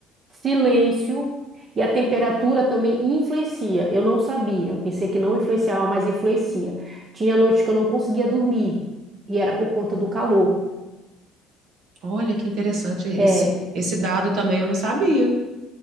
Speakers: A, on the right (about 35°); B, on the right (about 60°).
A: silêncio, e a temperatura também influencia. Eu não sabia, pensei que não influenciava, mas influencia. Tinha noites que eu não conseguia dormir, e era por conta do calor.
B: Olha que interessante esse,
A: É.
B: esse dado também, eu não sabia.